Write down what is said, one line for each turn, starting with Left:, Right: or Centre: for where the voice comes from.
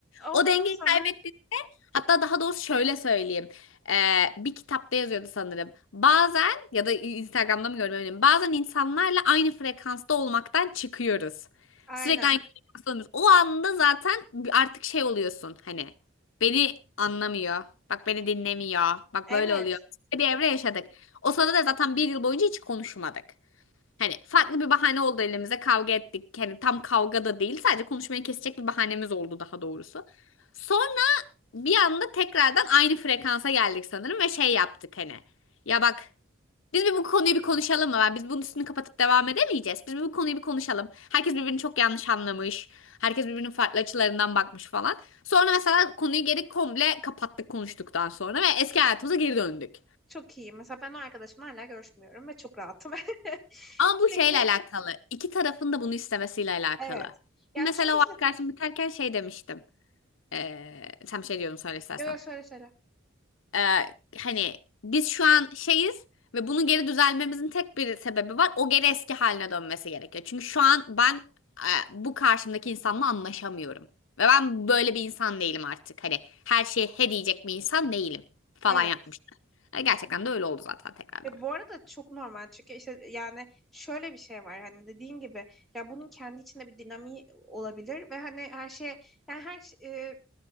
Centre: Ondan
Left: O dengeyi
Centre: sonra
Left: kaybettiğinde hatta daha doğrusu şöyle söyleyeyim. Ee, bir kitapta yazıyordu sanırım. Bazen ya da Instagram'da mı görmüyorum. Bazen insanlarla aynı frekansta olmaktan çıkıyoruz.
Centre: aynen.
Left: Sürekli aynı frekansta olmuyoruz. O anda zaten artık şey oluyorsun hani beni anlamıyor. Bak beni dinlemiyor. Bak
Centre: Evet.
Left: böyle oluyor. Bir evre yaşadık. O sırada da zaten bir yıl boyunca hiç konuşmadık. Hani farklı bir bahane oldu elimize kavga ettik. Hani tam kavga da değil sadece konuşmayı kesecek bir bahanemiz oldu daha doğrusu. Sonra bir anda tekrardan aynı frekansa geldik sanırım ve şey yaptık hani. Ya bak biz bir bu konuyu bir konuşalım mı? Ben- Biz bunun üstünü kapatıp devam edemeyeceğiz. Biz bir bu konuyu bir konuşalım. Herkes birbirini çok yanlış anlamış. Herkes birbirinin farklı açılarından bakmış falan. Sonra mesela konuyu geri komple kapattık konuştuktan sonra ve eski hayatımıza geri döndük.
Centre: Çok iyi. Mesela ben o arkadaşımla hala görüşmüyorum ve çok rahatım. <laughs>
Left: Ama bu
Centre: Çünkü
Left: şeyle alakalı. İki tarafın da bunu istemesiyle alakalı.
Centre: evet. Ya
Left: Mesela
Centre: çünkü işte
Left: o arkadaşım biterken şey demiştim. Ee, sen bir şey diyordun söyle istersen.
Centre: yo yo söyle söyle.
Left: Ee, hani biz şu an şeyiz ve bunun geri düzelmemizin tek bir sebebi var. O geri eski haline dönmesi gerekiyor. Çünkü şu an ben e, bu karşımdaki insanla anlaşamıyorum. Ve ben böyle bir insan değilim artık. Hani her şeye he diyecek bir insan değilim falan
Centre: Evet.
Left: yapmıştım. E, Gerçekten de öyle oldu zaten tekrardan.
Centre: E bu arada çok normal çünkü işte yani şöyle bir şey var hani dediğin gibi ya bunun kendi içinde bir dinamiği olabilir ve hani her şeye yani her ş- e,